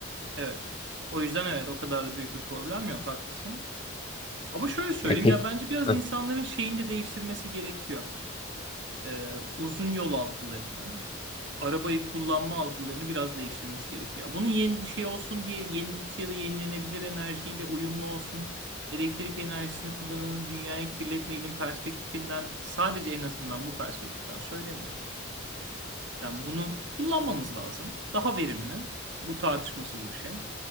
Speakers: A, on the right (about 55°); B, on the left (about 25°).
A: Evet. O yüzden evet o kadar da büyük bir problem yok. Haklısın. Ama şöyle söyleyeyim
B: Yani tek
A: ya bence biraz
B: Hı.
A: insanların şeyini de değiştirmesi gerekiyor. Ee, uzun yol algılarını, arabayı kullanma algılarını biraz değiştirmesi gerekiyor. Bunun yeni şey olsun diye yenilikçi ya da yenilenebilir enerjiyle uyumlu olsun. Elektrik enerjisini kullanalım, dünyayı kirletmeyelim perspektifinden sadece en azından bu perspektiften söylemiyorum. Yani bunu kullanmamız lazım. Daha verimli. Bu tartışmasız bir şey.